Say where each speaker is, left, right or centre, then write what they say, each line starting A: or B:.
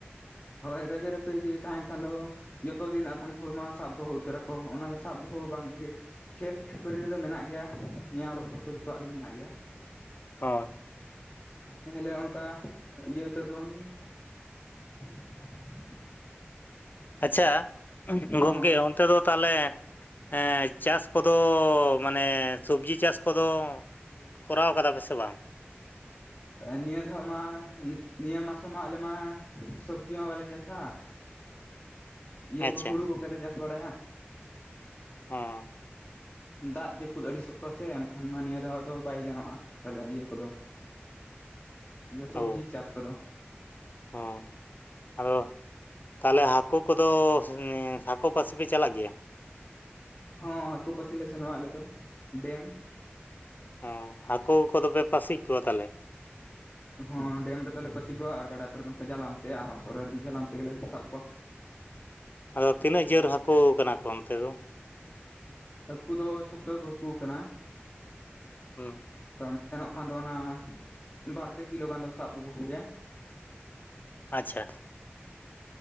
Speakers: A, on the left; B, on the left.
A: ᱦᱳᱭ ᱨᱟᱹᱜᱟᱹ ᱨᱟᱹᱯᱟᱹᱜᱤ ᱛᱟᱦᱮᱸᱱ ᱠᱷᱟᱱ ᱫᱚ ᱡᱚᱛᱚ ᱫᱤᱱ ᱟᱫᱷᱟᱱ ᱦᱚᱲ ᱢᱟ ᱥᱟᱵ ᱫᱚᱦᱚ ᱩᱛᱟᱹᱨᱟ ᱟᱠᱚ ᱚᱱᱟ ᱥᱟᱵ ᱫᱚᱦᱚ ᱵᱟᱝ ᱜᱮᱼᱼ ᱠᱷᱮᱞ ᱠᱷᱟᱹᱯᱟᱹᱨᱤ ᱨᱮᱫᱚ ᱢᱮᱱᱟᱜ ᱜᱮᱭᱟ, ᱱᱮᱭᱟᱣ ᱨᱚᱯᱚᱲ ᱠᱚ ᱡᱚᱛᱚᱣᱟᱜ ᱜᱮ ᱢᱮᱱᱟᱜ ᱜᱮᱭᱟ᱾
B: ᱦᱚᱭ᱾
A: ᱮ ᱦᱤᱞᱮ ᱚᱱᱠᱟ ᱤᱭᱟᱹ ᱩᱛᱟᱹᱨ ᱫᱚ ᱵᱟᱝᱜᱮ᱾ <inaudible>
B: ᱟᱪᱪᱷᱟ,
A: ᱦᱚᱸ
B: ᱜᱚᱢᱠᱮ ᱚᱱᱛᱮ ᱫᱚ ᱛᱟᱞᱮ ᱮᱸ ᱪᱟᱥ ᱠᱚᱫᱚ ᱢᱟᱱᱮ ᱥᱚᱵᱽᱡᱤ ᱪᱟᱥ ᱠᱚᱫᱚ ᱠᱚᱨᱟᱣ ᱠᱟᱫᱟ ᱯᱮ ᱥᱮ ᱵᱟᱝ?
A: <unintelligible> ᱮᱸ ᱱᱤᱭᱟᱹ ᱫᱷᱟᱜ ᱢᱟ ᱱᱤᱛ ᱱᱤᱭᱟᱹ ᱢᱟᱥᱚᱢ ᱢᱟ ᱟᱞᱮ ᱢᱟ ᱥᱚᱵᱽᱡᱤ ᱢᱟ ᱵᱟᱞᱮ ᱪᱟᱥᱟ᱾ ᱤᱭᱟᱹ
B: ᱟᱪᱪᱷᱟ
A: ᱠᱩ ᱦᱩᱲᱩ ᱠᱚᱜᱮᱞᱮ ᱪᱟᱥ ᱵᱟᱲᱟᱭᱟ᱾
B: ᱦᱚᱸ᱾
A: ᱫᱟᱜ ᱡᱟᱹᱯᱩᱫ ᱟᱹᱰᱤ ᱥᱚᱠᱛᱚ ᱥᱮ ᱮᱱᱠᱷᱟᱱ ᱢᱟ ᱱᱤᱭᱟᱹ ᱫᱷᱟᱣ ᱫᱚ ᱵᱟᱭ ᱜᱟᱱᱚᱜᱼᱟ᱾ ᱛᱟᱦᱞᱮ ᱤᱭᱟᱹ ᱠᱚᱫᱚ, ᱥᱚᱵᱡᱤ
B: ᱚ
A: ᱪᱟᱥ ᱠᱚᱫᱚ᱾
B: ᱦᱚᱸ, ᱟᱫᱚ ᱛᱟᱦᱞᱮ ᱦᱟᱠᱳ ᱠᱚᱫᱚ ᱥᱮᱸ ᱦᱟᱠᱳ ᱯᱟᱹᱥᱤᱯᱮ ᱪᱟᱞᱟᱜ ᱜᱮᱭᱟ?
A: ᱦᱚ ᱸ ᱦᱟᱠᱳ ᱯᱟᱹᱥᱤ ᱞᱮ ᱥᱮᱱᱚᱜᱼᱟ ᱟᱞᱮ ᱫᱚ ᱰᱮᱢ᱾
B: ᱚ, ᱦᱟᱠᱳ ᱠᱚᱫᱚ ᱯᱮ ᱯᱟᱥᱤ ᱠᱚᱣᱟ ᱛᱟᱞᱦᱮ?
A: ᱦᱚᱸ ᱰᱮᱢ ᱨᱮᱫᱚᱞᱮ ᱯᱟᱥᱤ ᱠᱚᱣᱟ᱾ ᱟᱨ ᱜᱟᱰᱟ ᱠᱚᱨᱮ ᱫᱚ ᱡᱟᱞᱟᱢ ᱛᱮ ᱟᱦᱟᱨ ᱠᱚᱨᱮ ᱫᱚ ᱡᱟᱞᱟᱢ ᱛᱮᱜᱮᱱᱞᱮ ᱥᱟᱵ ᱠᱚᱣᱟ᱾ <unintelligible>
B: ᱟᱫᱚ ᱛᱤᱱᱟᱹᱜ ᱡᱳᱨ ᱦᱟᱹᱠᱩ ᱠᱟᱱᱟ ᱠᱚ ᱚᱱᱛᱮ ᱫᱚ?
A: ᱦᱟᱹᱠᱩ ᱫᱚ ᱥᱚᱠᱛᱚ ᱜᱮ ᱠᱚ ᱦᱟᱹᱠᱩ ᱠᱟᱱᱟ᱾
B: ᱦᱩᱸ᱾
A: ᱠᱟᱢ ᱥᱮᱱᱚᱜ ᱠᱷᱟᱱ ᱫᱚ ᱚᱱᱟ ᱵᱟᱨ ᱯᱮ ᱠᱤᱞᱳ ᱜᱟᱱ ᱫᱚᱢ ᱥᱟᱵ ᱟᱹᱜᱩ ᱠᱚᱜᱮᱭᱟ᱾
B: ᱟᱪᱪᱷᱟ᱾